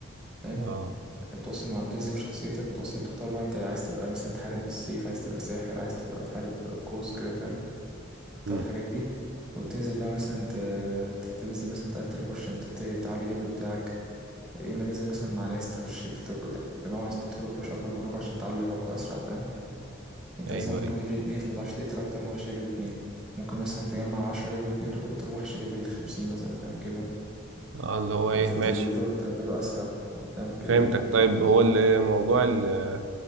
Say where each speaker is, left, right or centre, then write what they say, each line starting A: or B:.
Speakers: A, in the centre; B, on the right (about 70°).
A: فاهم
B: اه
A: بتوصل مع بتنزل بشخصيتك بتوصل بتختار بقى انت عايز تبقى مثلا تحارب بالسيف عايز تبقى ساحر عايز تبقى بتحارب قوس كده فاهم تختار
B: امم
A: الحاجات دي وتنزل بقى مثلا ت- تنزل مثلا تقتل وحوش انت ت- تعلي الليفل بتاعك يا اما تنزل مثلا مع ناس تخش بتلوك تجمعوا ناس تقتلوا وحوش اكبر منكم عشان تعلوا ليفلكم اسرع فاهم انت
B: ايوه
A: مثلا ممكن
B: ايوه
A: ليفل اتنين فما تعرفش تقتل اكتر من وحش ليفل اتنين ممكن مثلا تجمع عشرة ليفل اتنين وتروح تقتل وحش ليفل خمسين مثلا فاهم كده
B: اه اللي هو ايه
A: فتليفله
B: ماشي
A: تليفله اسرع فاهم كده
B: فهمتك طيب هو الموضوع ال-